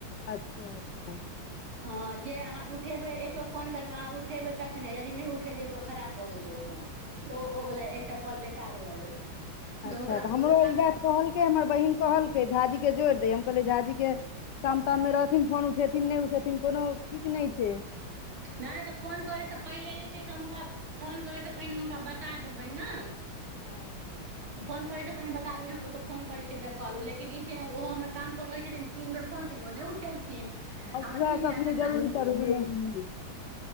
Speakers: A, on the left; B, on the right.
A: अच्छा अच्छा
B: ह जे अहाँ उठेबै एक बेेर फोन करबै अहाँ उठेबै तखने यदि नहि उठेलियै तऽ खराब भऽ गेल ओ फोन ओ ओ वाला एकटा कॉल बेकार भऽ गेल
A: अच्छा
B: हुनका
A: तऽ हमरो
B: दोकान
A: ई बात कहलकै हमर बहिन कहलकै झाजी के जोड़ दे हम कहलियै झाजी के काम ताम मे रहथिन फोन उठेथिन नहि उठेथिन कोनो ठीक नहि छै
B: नहि तऽ फोन करयसँ पहिले जे छै से हुनका फोन करैसँ पहिने हुनका बता देबनि नऽ
A: हँ
B: फोन करे स पहिने बता देबै ओहिपर फोन करै छिय त करू लेकिन ई छै ओहो हमर काम पर रहैत छथिन तीन बेर फोन केलियै ओ नहि उठेलखिन
A: हँ
B: हमर
A: उएह
B: तीनटा
A: कखनो
B: बे
A: <unintelligible>